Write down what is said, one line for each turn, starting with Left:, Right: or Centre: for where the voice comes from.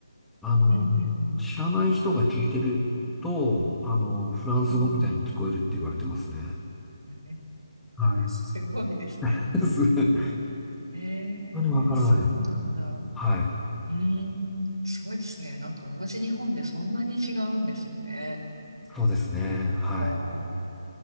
Centre: あの、
Right: うんうんうん。
Centre: 知らない人が聞いてると、あの、フランス語みたいに聞こえるって言われてますね。
Right: うんうん。え
Centre: は
Right: えすごいですね。
Centre: い。<laughs> す本
Right: え
Centre: 当にわからないですね。
Right: えそうなんだ。
Centre: はい。
Right: うーん、すごいですね。なんか同じ日本でそんなに違うんですよね。
Centre: そうですね。はい。
Right: はあ。